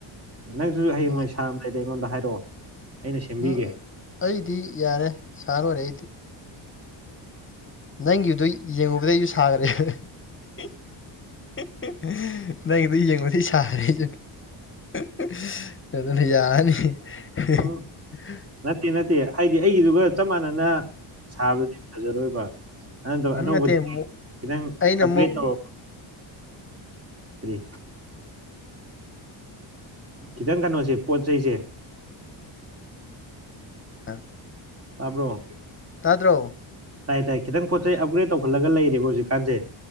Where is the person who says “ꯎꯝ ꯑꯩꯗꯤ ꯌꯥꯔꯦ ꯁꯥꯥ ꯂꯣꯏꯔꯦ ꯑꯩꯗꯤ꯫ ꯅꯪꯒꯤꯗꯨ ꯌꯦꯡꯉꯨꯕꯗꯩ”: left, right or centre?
Left